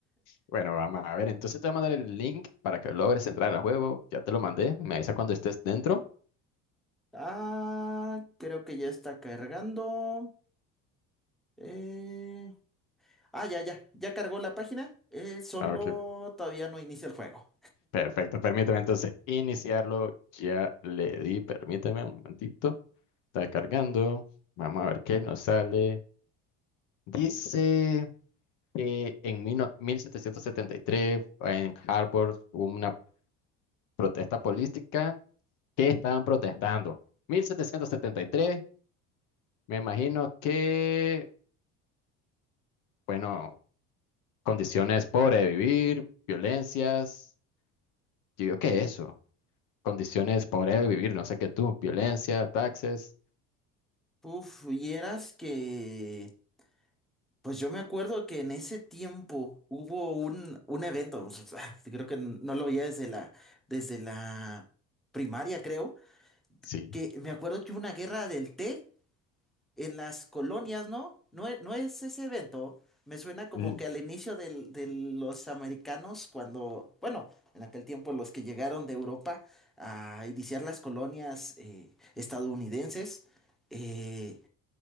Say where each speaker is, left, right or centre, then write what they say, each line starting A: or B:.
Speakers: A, on the left; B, in the centre.
A: Bueno, vamos a ver, entonces te voy a mandar el link para que logres entrar al juego, ya te lo mandé, me avisa cuando estés dentro.
B: Ah, creo que ya está cargando. Eh, Ah, ya, ya. Ya cargó la página. Eh, solo
A: Ok,
B: todavía no inicia el juego.
A: perfecto, permíteme entonces iniciarlo, ya le di, permíteme un momentito. Está cargando. Vamos a ver qué nos sale. Dice que en mil no- 1773 en Harvard hubo una protesta política. ¿Qué estaban protestando? 1773, me imagino que, bueno, condiciones pobres de vivir, violencias. Yo digo, ¿qué es eso? Condiciones pobres de vivir, no sé qué tú, violencia, taxes.
B: Uf, vieras que... Pues yo me acuerdo que en ese tiempo hubo un, un evento. <laughs> Creo que no lo veía desde la, desde la primaria, creo.
A: Sí.
B: que me acuerdo que hubo una guerra del té en las colonias, ¿no? No, e- no es ese evento. Me suena como
A: Mm,
B: que al inicio del- de los americanos, cuando, bueno, en aquel tiempo los que llegaron de Europa a iniciar las colonias eh, estadounidenses. eh,